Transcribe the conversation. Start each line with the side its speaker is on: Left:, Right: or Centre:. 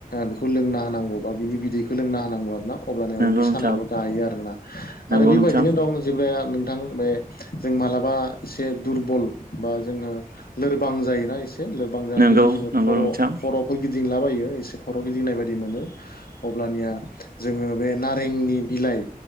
Left: बेखौ लोंना होनांगौ बा बिनि बिदैखौ लोंना होनांगौ आरोना अब्लानिया
Right: नंगौ
Left: उदै
Right: नोंथां
Left: सानायाबो गायो आरोना
Right: नंगौ
Left: आरो बेबायदिनो
Right: नोंथां
Left: दं जेब्लाया नोंथां बे जों मालाबा एसे दुरबल बा जोङो लोरबां जायोना एसे लोरबां जानानै
Right: नंगौ
Left: जुदि जोङो
Right: नंगौ
Left: खर'
Right: नोंथां
Left: ख'फोर गिदिंलाबायो एसे खर' गिदिंनाय बायदि मोनो अब्लानिया जोङो बे नारेंनि बिलाइ